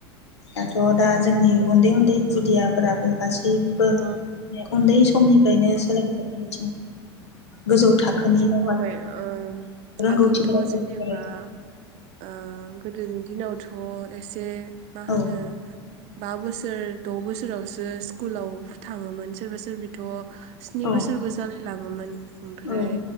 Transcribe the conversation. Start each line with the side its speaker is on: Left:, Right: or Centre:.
Left: दाथ' दा जोंनि उन्दै उन्दै खुदियाफोराबो गासैबो
Right: अ
Left: मे उन्दै समनिफ्रायनो सोलोंथाइनि बिथिङाव गोजौ थाखोनि
Right: बुहुत जौगाबाय
Left: दावगालांनो
Right: ओ
Left: रोंगौथिफोरा
Right: आगोलथ'
Left: गोनां
Right: जेनेबा
Left: जाबाय
Right: ओ गोदोनि दिनाव थ' एसे मा होनो
Left: औ
Right: बा बोसोर द' बोसोरावसो स्कुलाव थाङोमोन सोरबा सोरबिथ' स्नि
Left: औ
Right: बोसोरबो जालाय लाङोमोन ओमफ्राय
Left: औ